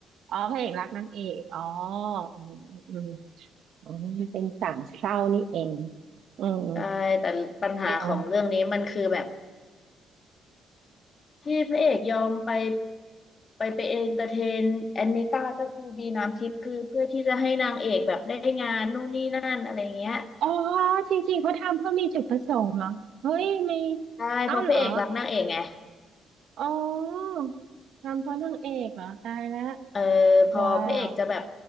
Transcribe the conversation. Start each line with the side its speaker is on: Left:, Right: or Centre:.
Right: อ๋อพระเอกรักนางเอกอ๋ออืมอืมอมอ๋อมันเป็นสามเศร้านี่เองอืม
Left: ใช่แต่ปัญหาของเรื่องนี้มันคือแบบ
Right: อืม
Left: ที่พระเอกยอมไปไปไปเอนเตอร์เทนแอนนิต้าก็คือบีน้ำทิพย์คือเพื่อที่จะให้นางเอกแบบได้งานนู่นนี่นั่นอะไรเงี้ย
Right: อ๋อจริงๆเขาทำเพื่อมีจุดประสงค์เหรอเฮ้ยไม่
Left: ใช่เพราะพระเอกรักนางเอกไง
Right: เอ้าเหรออ๋อทำเพราะนางเอกเหรอตายแล้ว
Left: เออพอพระเอกจะแบบ
Right: ว้าว